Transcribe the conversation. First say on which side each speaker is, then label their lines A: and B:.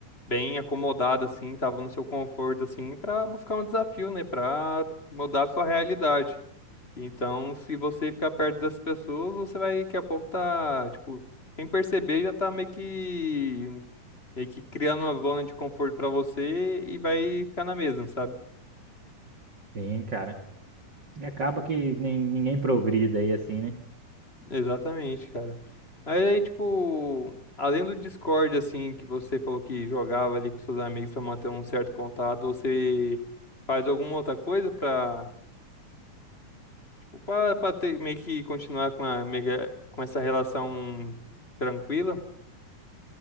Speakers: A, on the left; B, on the right.
A: bem acomodado, assim, tava no seu conforto, assim, pra buscar um desafio, né? Pra mudar a sua realidade. Então, se você ficar perto das pessoas, você vai, daqui a pouco, tá, tipo, sem perceber, já tá meio que Meio que criando uma zona de conforto pra você e vai ficar na mesma, sabe?
B: Sim, cara. E acaba que nem, ninguém progride daí assim, né?
A: Exatamente, cara. Mas aí, tipo, além do Discord, assim, que você falou que jogava ali com seus amigos pra manter um certo contato, você faz alguma outra coisa pra, tipo, pra, pra ter, meio que continuar com a mega, com essa relação tranquila,